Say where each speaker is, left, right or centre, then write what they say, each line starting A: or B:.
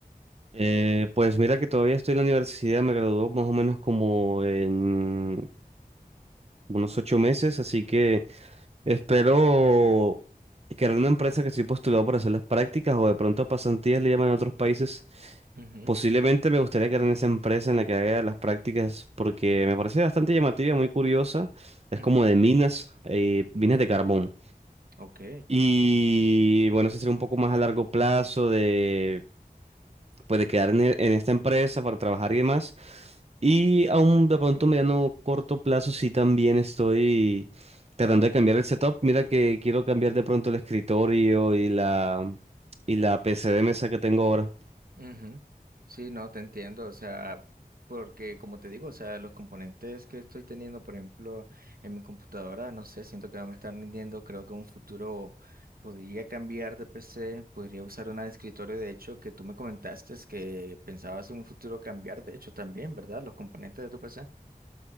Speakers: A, on the right (about 40°); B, on the right (about 70°).
A: Eh, pues mira que todavía estoy en la universidad, me graduó más o menos como en unos ocho meses, así que espero crear una empresa que estoy postulado para hacer las prácticas o de pronto pasantías le llaman en otros países.
B: Ujú,
A: Posiblemente me gustaría crear esa empresa en la que haga las prácticas porque me parece bastante llamativa, muy curiosa. Es
B: ujú,
A: como de minas, eh, minas de carbón.
B: Ok.
A: Y bueno, eso sería un poco más a largo plazo de, pues, de quedar en, e- en esta empresa para trabajar y demás. Y aún de pronto mediano corto plazo sí también estoy tratando de cambiar el setup. Mira que quiero cambiar de pronto el escritorio y la y la p c de mesa que tengo ahora.
B: Ujú. Sí, no, te entiendo, o sea, porque como te digo, o sea, los componentes que estoy teniendo, por ejemplo, en mi computadora, no sé, siento que no me están rindiendo, creo que en un futuro podría cambiar de PC, podría usar una de escritorio, de hecho, que tú me comentaste es que pensabas en un futuro cambiar, de hecho, también, ¿verdad? Los componentes de tu PC.